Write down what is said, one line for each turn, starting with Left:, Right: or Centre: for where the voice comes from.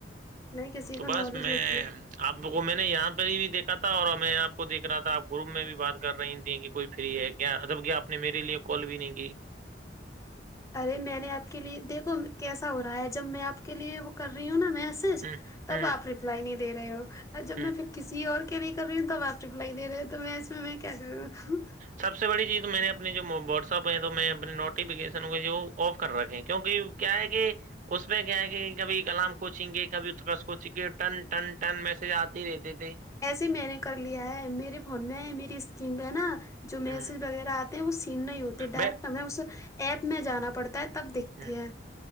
Left: نہیں کسی
Right: تو
Left: کو
Right: بس
Left: نالج
Right: میں
Left: ہوتی ہے
Right: آپ کو میں نے یہاں پہ ہی بھی دیکا تھا اور میں آپ کو دیکھ رہا تھا آپ گروپ میں بھی بات کر رہی تھی کہ کوئی فری ہے کیا جب کیا آپ نے میرے لیے کال بھی نہیں کی
Left: ارے میں نے آپ کے لیے دیکھو کیسا ہو رہا ہے جب میں آپ کے لیے وہ کر رہی ہوں نا میں
Right: ہوں
Left: تب
Right: ہوں
Left: آپ ریپلائی نہیں دے رہے ہو جب
Right: ہوں
Left: میں پ کسی اور کے بھی کر رہی ہوں تب آپ رپلائی دے رہے ہو تو میں اس میں کیا کر رہا ہوں
Right: سب سے بڑی چیز تو میں نے اپنے جو واٹسپ ہے تو میں اپنے نوٹیفیکیشنوں کے جو آف کر رکھے کیونکہ کیا ہے کہ اس میں کیا ہے کہ کبھی کلام کوچیں گے کب ات کوچیں گے ٹن ٹن ٹن میسج آتے ہی رہتے تھے
Left: ایسے میں نے کر لیا ہے میرے فون میں میری اسکن پہ ہے نا جو
Right: ہوں
Left: میسج وغیرہ آتے ہیں وہ سیو نہیں ہوتے ڈائریکٹ
Right: میں
Left: ہمیں اس ایپ میں جانا پڑتا ہے تب دیکھتے
Right: ہوں
Left: ہیں